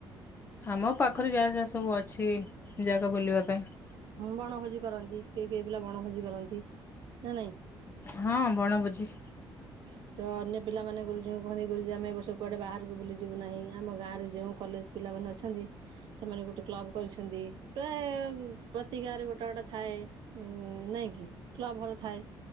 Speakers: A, on the left; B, on the right.
A: ଆମ ପାଖରେ ଯାଆ ଯାଆ ସବୁ ଅଛି। ଏ ଜାଗା ବୁଲିବା ପାଇଁ।
B: ବଣଭୋଜି କରନ୍ତି କିଏ କିଏ ପିଲା ବଣଭୋଜି କରନ୍ତି ନାା ନାଇଁ।
A: ହଁ ବଣ ଭୋଜି।
B: <inaudible> ତ ଅନ୍ୟ ପିଲାମାନେ ଗୁରୁଜୀ ଙ୍କୁ କହନ୍ତି ଗୁରୁଜୀ ଆମେ ଏ ବର୍ଷ କୁଆଡେ ବାହାରକୁ ବୁଲିିବୁ ନାହିଁ ଆମ ଗାଁରେ ଯେଉଁ କଲେଜ ପିଲାମାନେ ଅଛନ୍ତି ସେମାନେ ଗୋଟେ କ୍ଲବ କରିଛନ୍ତି ପ୍ରାୟେ ପ୍ରତି ଗାଁ ରେ ଗୋଟେ ଗୋଟେ ଥାଏ ଉଁ ନାଇଁ କି କ୍ଲବଘର ଥାଏ।